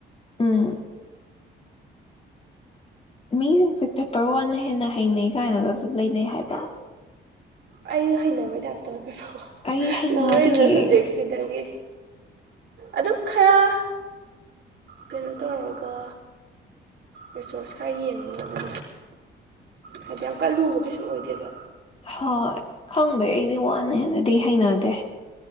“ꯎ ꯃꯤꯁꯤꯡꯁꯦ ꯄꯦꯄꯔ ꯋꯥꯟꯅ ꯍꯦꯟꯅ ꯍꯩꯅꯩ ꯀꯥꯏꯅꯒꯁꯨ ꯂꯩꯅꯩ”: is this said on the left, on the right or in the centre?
Left